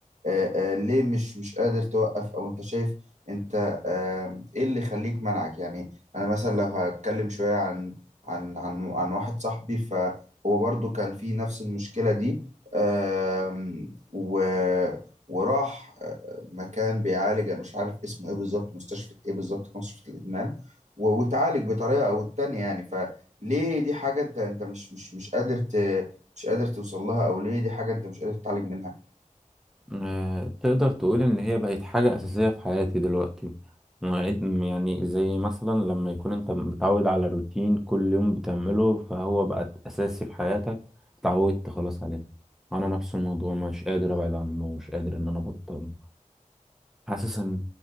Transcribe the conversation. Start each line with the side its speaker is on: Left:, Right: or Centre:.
Right: آه، آه، ليه مش مش قادر توقف او انت شايف انت آه، ايه اللي يخليك منعك يعني انا مثلا لو هتكلم شوية عن عن عن عن واحد صاحبي فهو برضو كان في نفس المشكلة دي آم، و وراح مكان بيعالج مش عارف اسمه ايه بالظبط مستشفى ايه بالظبط كان مستشفى الادمان و- وتعالج بطريقه او التانية يعني فليه دي حاجه انت انت مش مش مش قادر ت مش قادر توصل لها او ليه دي حاجه انت مش قادر تتعالج منها
Centre: آه، تقدر تقول إن هي بقت حاجة أساسية في حياتي دلوقتي مواعيد م- يعني زي مثلا لما يكون أنت متعود على الروتين كل يوم بتعمله فهو بقت أساسي في حياتك اتعودت خلاص عليه أنا نفس الموضوع مش قادر أبعد عنه مش قادر إن أنا أبطل حاسس إن